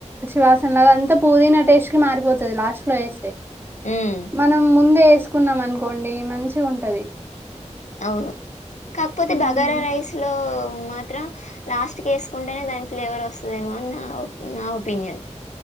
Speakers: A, on the right (about 20°); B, on the left (about 75°).
A: వాసన లాగా అంతా పుదీనా టేస్ట్ కి మారిపోతుంది లాస్ట్ లో వేస్తే
B: ఉమ్
A: మనం ముందే వే వేసుకున్నాం అనుకోండి మంచిగా ఉంటది
B: అవు కాక్పోతే
A: మ్మ్.
B: బగారా రైస్లో మాత్రం లాస్ట్ కేస్కుంటేనే దాని ఫ్లేవర్ వస్తదేమో అని నా నా ఒపీనియన్